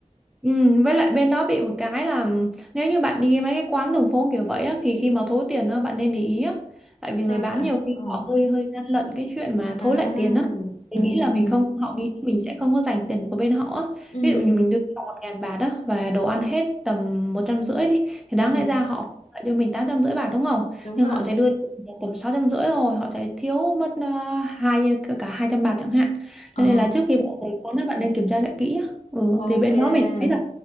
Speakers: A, in the centre; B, on the left.
A: Ừm, với lại bên đó bị một cái là nếu như bạn đi mấy cái quán đường phố kiểu vậy á, thì khi mà thối tiền á, bạn nên để ý á. Tại vì
B: Sao
A: người bán
B: vậy?
A: nhiều
B: Ờ.
A: khi họ hơi hơi gian lận cái chuyện mà thối
B: À,
A: lại tiền á. Thì
B: à,
A: nghĩ là mình
B: à.
A: không họ nghĩ mình sẽ không có dành tiền của bên họ á.
B: Ừ,
A: Ví dụ như mình đưa họ một ngàn bạt á và đồ ăn hết tầm một trăm rưỡi đi thì
B: ừ,
A: đáng lẽ ra họ lại cho mình tám trăm rưỡi bạt đúng không?
B: đúng
A: Nhưng
B: rồi.
A: họ sẽ đưa tầm sáu trăm rưỡi rồi họ sẽ thiếu mất ờ, hai cả hai trăm bạt chẳng hạn.
B: Ờ,
A: Cho nên là trước khi bạn tới quán á, bạn nên kiểm tra lại kỹ Ừ,
B: ok.
A: thì bên đó mình thấy là